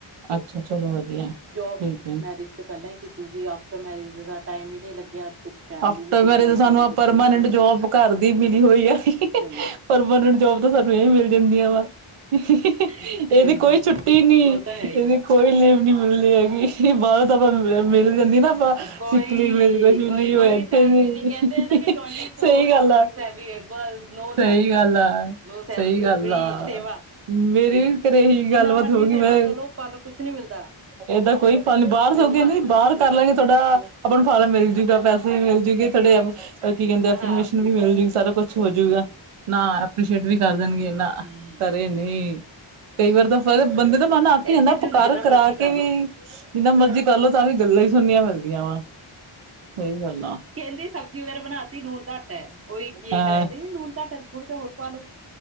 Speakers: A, on the right; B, on the right.
A: ਅੱਛਾ ਚਲੋ ਵਧੀਆ।
B: ਜੋਬ
A: ਠੀਕ ਹੈ
B: ਮੈਰਿਜ ਤਾਂ ਪਹਿਲਾਂ ਹੀ ਕੀਤੀ ਸੀ। ਆਫਟਰ ਮੈਰਿਜ ਦਾ ਟਾਈਮ ਹੀ ਨਹੀਂ ਲੱਗਿਆ। ਕੁਝ ਫੈਮਿਲੀ
A: ਆਫਟਰ
B: ਵਿੱਚ ਇਨਵੋਲਵ
A: ਮੈਰੇਜ, ਸਾਨੂੰ
B: ਹੋ ਗਏ ਬੱਚੇ
A: ਪਰਮਾਨੈਂਟ
B: ਵਗੈਰਾ ਹੋ
A: ਜੋਬ
B: ਗਏ
A: ਘਰ ਦੀ ਮਿਲੀ ਹੋਈ ਆ।
B: ਫਿਰ
A: ਪਰਮਾਨੈਂਟ ਜੋਬ। ਸਾਨੂੰ ਇਹ ਵੀ ਮਿਲ ਜਾਂਦੀਆਂ ਵਾ। ਇਹਦੀ
B: ਹਮ,
A: ਕੋਈ ਛੁੱਟੀ ਨੀ
B: ਉਹ ਤਾਂ ਹੈ ਹੀ
A: ਇਹਦੀ। ਕੋਈ ਲੀਵ ਨੀ ਮਿਲਦੀ ਹੈਗੀ। ਬਾਹਰ ਤਾ ਆਪਾਂ ਮਿਲ ਜਾਂਦੀ ਨਾ, ਆਪਾਂ
B: ਕੋਈ
A: ਸਿਕ ਲੀਵ, ਮਿਲਦੀ ਕੁਛ ਵੀ।
B: ਉਹੀ
A: ਲੀਵ
B: ਕੋਈ
A: ਇੱਥੇ
B: ਸੈਲਰੀ
A: ਨੀ,
B: ਨਹੀਂ ਕਹਿੰਦੇ ਆ ਨਾ ਕਿ
A: ਸਹੀ ਗੱਲ
B: ਆਵਰਸ
A: ਆ-
B: ਅਵੇਲੇਬਲ ਨੋ
A: ਸਹੀ
B: ਸੈਲਰੀ
A: ਗੱਲ ਆ।
B: ਨੋ ਸੈਲਰੀ,
A: ਸਹੀ ਗੱਲ
B: ਫੀ
A: ਆ।
B: ਸੇਵਾ।
A: ਮੇਰੀ ਵੀ ਘਰੇ ਇਹੀ
B: ਜਿੰਨਾ
A: ਗੱਲਬਾਤ
B: ਮਰਜ਼ੀ
A: ਹੋ ਗਗੀ।
B: ਸੇਵਾ
A: ਮੈਂ
B: ਕਰੋ ਫਲ ਕੁਛ ਨੀ ਮਿਲਦਾ।
A: ਏਦਾਂ ਕੋਈ ਪ ਨੀ ਬਾਹਰ ਸੋ ਕੇ ਕਹਿੰਦੇ
B: ਫਲ ਕੁਛ
A: ਬਾਹਰ
B: ਨਹੀਂ ਮਿਲਦਾ
A: ਕਰ ਲਾਂਗੇ ਥੋਡਾ। ਆਪਾਂ ਨੂੰ ਫਾਰਮ ਮਿਲਜੂਗਾ। ਪੈਸੇ ਵੀ ਮਿਲਜੂਗੇ ਥੋੜੇ। ਕੀ ਕਹਿੰਦੇ
B: ਹਾਂ
A: ਪਰਮੇਸ਼ਨ
B: ਹੂੰ
A: ਵੀ ਮਿਲ ਜੂਗੀ, ਸਾਰਾ
B: ਹੂੰ
A: ਕੁਛ ਹੋਜੂਗਾ।
B: ਹੂੰ ਹੂੰ
A: ਨਾਲ ਐਪ੍ਰਰੀਸ਼ੀਏਟ ਵੀ ਕਰ
B: ਹੂੰ
A: ਦੇਣਗੇ।
B: ਹੂੰ
A: ਨਾ
B: ਹੂੰ
A: ਘਰੇ ਨਹੀਂ। ਕਈ ਵਾਰ ਤਾਂ ਫੇਰ
B: ਹੂੰ
A: ਬੰਦੇ ਦਾ ਮਨ, ਆਕ ਹੀ
B: ਇੱਥੇ
A: ਜਾਂਦਾ
B: ਜਦ
A: ਪਕਾਰ
B: ਜਿੰਨਾ ਮਰਜ਼ੀ
A: ਕਰਾ
B: ਕਰ
A: ਕੇ ਵੀ।
B: ਲੋ
A: ਜਿੰਨਾ ਮਰਜੀ ਕਰਲੋ ਤਾਂ ਵੀ ਗੱਲਾਂ ਹੀ ਸੁਣਨੀਆਂ ਮਿਲਦੀਆਂ ਵਾ। ਸਹੀ ਗੱਲ ਆ।
B: ਕਹਿੰਦੇ ਸਬਜ਼ੀ ਵਗੈਰਾ ਬਣਾ ਤੀ ਨੂਨ ਘੱਟ ਹੈ। ਉਹੀ ਕੀ
A: ਹਾਂ
B: ਕਰਾਆ ਤੇ ਕਹਿੰਦੇ ਨੂਨ ਘੱਟ। ਥੋੜਾ ਜਿਹਾ ਹੋਰ ਪਾਾਲ ਲੋ।